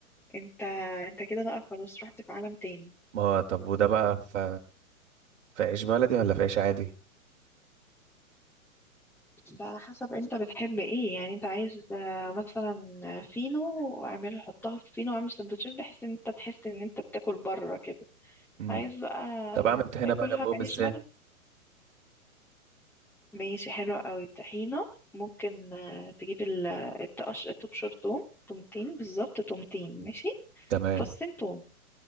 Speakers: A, in the centre; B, on the right.
A: انت انت كده بقى خلاص رحت في عالم تاني
B: ما هو طب وده بقى في في عيش بلدي ولا في عيش عادي
A: ده على حسب انت بتحب ايه يعني انت عايز آه، مثلا فينو واعمل حطها في فينو واعمل سندوتشات بحيث ان انت تحس ان انت بتاكل بره كده
B: امم
A: عايز بقى
B: طب اعمل طحينه
A: تاكلها
B: بقى جنبهم
A: بعيش
B: ازاي
A: بلد ماشي حلو قوي طحينة ممكن آه، تجيب ال- التقش تبشر توم تومتين بالظبط تومتين ماشي
B: تمام
A: فصين توم